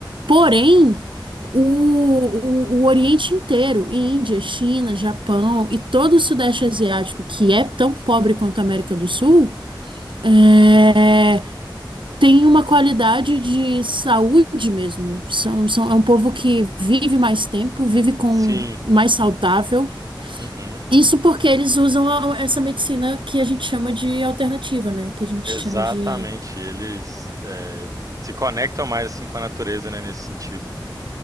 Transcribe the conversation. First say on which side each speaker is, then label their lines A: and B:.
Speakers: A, on the right; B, on the right.
A: Porém, o, o, o Oriente inteiro, Índia, China, Japão e todo o Sudeste Asiático, que é tão pobre quanto a América do Sul, eh, tem uma qualidade de saúde mesmo. São, são, é um povo que vive mais tempo, vive com
B: sim,
A: mais saudável.
B: uhum,
A: Isso porque eles usam a- essa medicina que a gente chama de alternativa, né? Que a gente
B: exatamente.
A: chama de.
B: Eles é, se conectam mais assim com a natureza, né, nesse sentido.